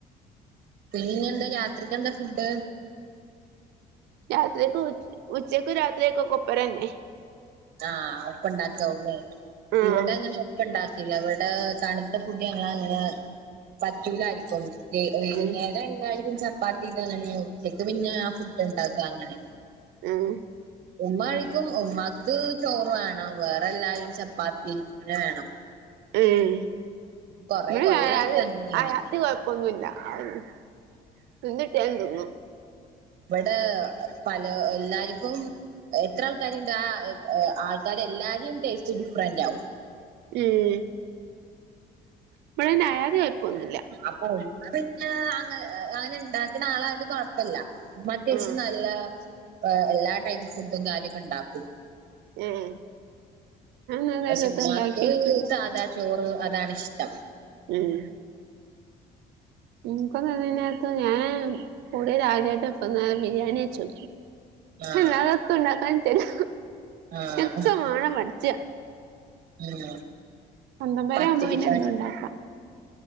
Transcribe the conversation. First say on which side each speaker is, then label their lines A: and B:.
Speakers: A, on the right (about 55°); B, on the right (about 85°).
A: ഇനിഞ്ഞെന്താ രാത്രിക്കെന്ത ഫുഡ്
B: രാത്രിക്കും ഉ ഉച്ചക്കും രാത്രിക്കൊക്കെ ഒപ്പരെന്നെ
A: ആഹ് ഒപ്പം ഉണ്ടാക്കാവു ല്ലേ
B: ആഹ്
A: ഇവിടെ അങ്ങനെ ഇപ്പം ഇണ്ടാക്കില്ല ഇവിടെ തണുത്ത ഫുഡ് ഞങ്ങളങ്ങനെ പറ്റൂലാര്ക്കും വെ വൈകുന്നേരം
B: ഉം
A: എന്തായാലും ചപ്പാത്തിയൊക്കെങ്ങനെ ഉച്ചക്ക് പിന്നെ ആ ഫുഡ് ഉണ്ടാക്ക അങ്ങനെ
B: ഉം
A: ഉമ്മ കഴിക്കും ഉമ്മാക്ക് ചോറ് വേണം വേറെ എല്ലാരും ചപ്പാത്തി തന്നെ വേണം
B: ഏഹ്
A: കൊറെ
B: ഇവിടെ
A: കൊല്ലായിട്ടാണ്
B: അയാല്
A: ഇങ്ങനെ
B: അയാത്തി കൊഴപ്പൊന്നുല്ല <unintelligible> എന്ത് ഇട്ടിയാലും തിന്നും
A: ഇവിടെ പലർ എല്ലാരിക്കും എത്ര ആൾക്കാര്ണ്ട് ആ ആൾക്കാര് എല്ലാരിം ടേസ്റ്റ് ഡിഫ്രന്റ് ആകും
B: ഉം ഇവിടെ പിന്നെ അയാതി കൊയപ്പോന്നുല്ല
A: അപ്പൊ ഓൽക്ക് പിന്നെ അന അങ്ങനെ ഇണ്ടാക്ക്ന്ന ആളായോണ്ട് കൊഴപ്പല്ല മത്യാവശ്യം
B: ആഹ്
A: നല്ല എ എല്ലാ ടൈപ്പ് ഫുഡും കാര്യൊക്കെ ഇണ്ടാക്കും
B: ഏഹ് ഞാൻ <unintelligible>
A: പക്ഷെ ഉമ്മാക്ക്
B: ഇണ്ടാക്കിയോക്കില്ല
A: സാധാ ചോറ് അതാണിഷ്ടം
B: ഉം ഇൻകു അത്‌ അതന്നെട്ത്തെ ഞാൻ കൂടിയേത് ആദ്യായിട്ടപ്പത് ബിരിയാണി കഴിച്ചു
A: ആഹ്
B: അല്ലാതെ എത്തും ഇണ്ടാക്കാൻ നിച്ചല്ല
A: ആഹ്
B: എത്തും മാണം പഠിച്ച
A: <unintelligible>
B: സ്വന്തം പേര
A: പത്തിരി
B: ആവുമ്പോ പിന്നെ
A: പൽ
B: എന്തും ഉണ്ടാക്കാം